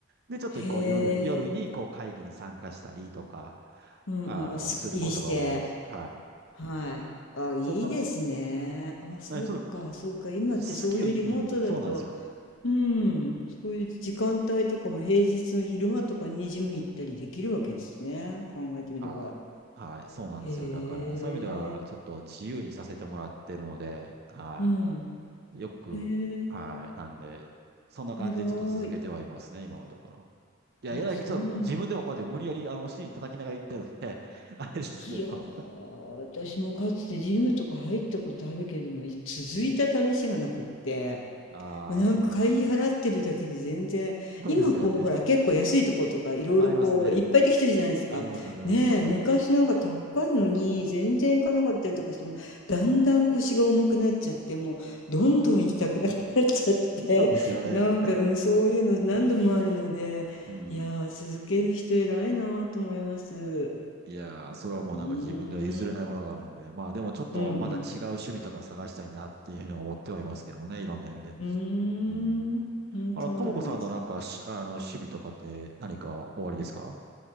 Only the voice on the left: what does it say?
へ
え。うんうん。
あ、すっきりして。
はい。あ、いいですね。
あ、そうか、
そうか。今ってそういうリモートだと、
うん、
そういう時間帯とかも平日の昼間とかにジム行ったりできるわけですね。考えてみれば。
へえ、
うん。
へえ、
偉い。
あ、
そうなんだ。
いやー、私もかつてジムとか入ったことあるけれども、続いた試しがなくって。
なんか会費払ってるだけで全然、
今こう、ほら、結構安いとことかいろいろこう、
いっぱいできてるじゃないですか。
ねえ、
昔なんか高いのに全然行かなかったりとかしても、だんだん腰が重くなっちゃって、もう、どんどん行きたくなくなっちゃって、
<laughs> なんか、うん、そういうの何度もあるので、
いやー、続ける人偉いなと思います。
うーん、
うんうん。
うーん、
うん、
そうなんですね。